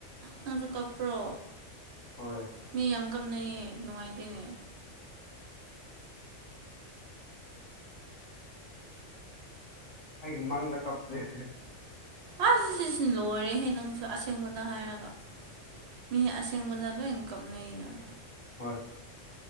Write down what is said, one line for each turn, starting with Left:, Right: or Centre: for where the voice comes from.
Right: ꯅꯪꯁꯨ ꯀꯄ꯭ꯔꯣ
Left: ꯍꯣꯏ
Right: ꯃꯤ ꯌꯥꯝ ꯀꯝꯅ ꯅꯨꯡꯉꯥꯏꯇꯦꯅꯦ
Left: ꯑꯩꯒꯤ ꯃꯥꯡꯗ ꯀꯞ ꯂꯩ
Right: ꯑꯁ ꯁꯤꯁꯤ ꯂꯣꯏꯔꯦꯍꯦ ꯅꯪꯁꯨ ꯑꯁꯦꯡꯕꯗ ꯍꯥꯏꯔꯒ ꯃꯤ ꯑꯁꯦꯡꯕꯅꯣ ꯏ ꯀꯅꯅꯣ
Left: ꯍꯣꯏ